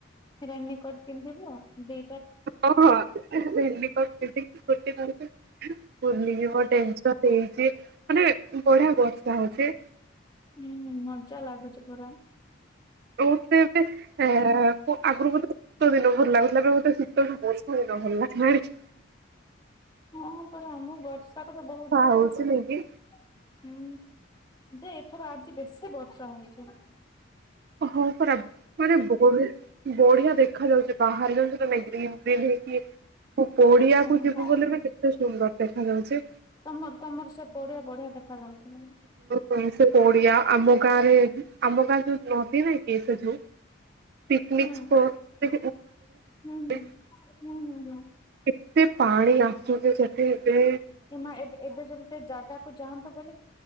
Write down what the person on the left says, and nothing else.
ରେନି କୋଟ ପିନ୍ଧିବ ଦି
ହୁଁ ହୁଁ ମଜା ଲାଗୁଚି ପୁରା।
ହଁ ପରା ଆମ ବର୍ଷାକୁ ତ ବହୁତ ଭୟ
ହୁଁ ଯେ ଏଥର ଆଜି ବେଶୀ ବର୍ଷା ହଉଚି।
ହୁଁ।
ତମର ତମର ସେ ପଡ଼ିଆ ବଢ଼ିଆ ଦେଖା ଯାଉଚି।
<inaudible>
ହୁଁ
ହୁଁ।
ହୁଁ ହୁଁ ହୁଁ
ଏ ମା ଏ ଏବେ ଯଦି ସେ ଜାଗାକୁୁ ଯାଆନ୍ତୁ ବୁଲି